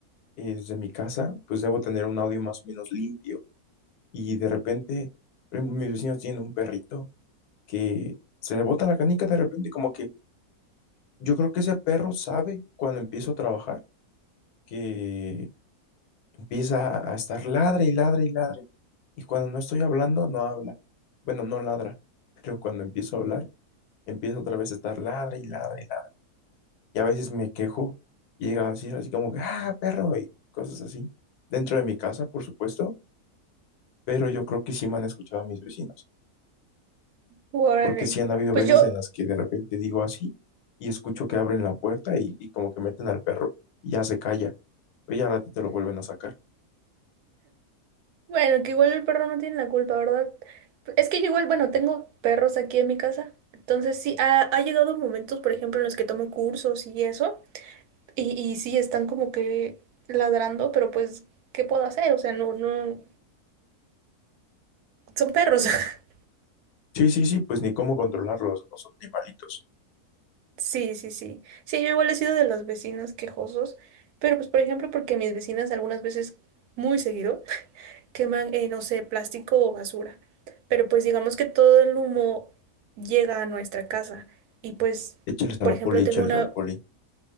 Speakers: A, on the left; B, on the right.
A: eh, desde mi casa, pues debo tener un audio más o menos limpio. Y de repente, por ejemplo, mis vecinos tienen un perrito que se le bota la canica de repente, como que yo creo que ese perro sabe cuando empiezo a trabajar, que empieza a estar ladre y ladre y ladre. Y cuando no estoy hablando, no habla. Bueno, no ladra, pero cuando empiezo a hablar, empieza otra vez a estar ladre y ladre y ladre. y a veces me quejo y llega a decir así como, que, ah, perro, y cosas así, dentro de mi casa, por supuesto, pero yo creo que sí me han escuchado a mis vecinos,
B: Órale.
A: porque sí han habido
B: Pues
A: veces
B: yo,
A: en las que de repente digo así y escucho que abren la puerta y, y como que meten al perro y ya se calla, pero ya al ratito lo vuelven a sacar.
B: bueno, que igual el perro no tiene la culpa, ¿verdad? Es que yo igual, bueno, tengo perros aquí en mi casa. Entonces sí, ha, ha llegado momentos, por ejemplo, en los que tomo cursos y eso. Y, y sí, están como que ladrando, pero pues, ¿qué puedo hacer? O sea, no, no, son perros. <laughs>
A: Sí, sí, sí, pues ni cómo controlarlos, no son animalitos.
B: Sí, sí, sí. Sí, yo igual he sido de los vecinos quejosos, pero pues por ejemplo porque mis vecinas algunas veces, muy seguido, <laughs> queman, eh, no sé, plástico o basura. Pero pues digamos que todo el humo llega a nuestra casa y pues,
A: Échales a
B: por
A: la
B: ejemplo,
A: poli, échales
B: tengo una...
A: a la poli.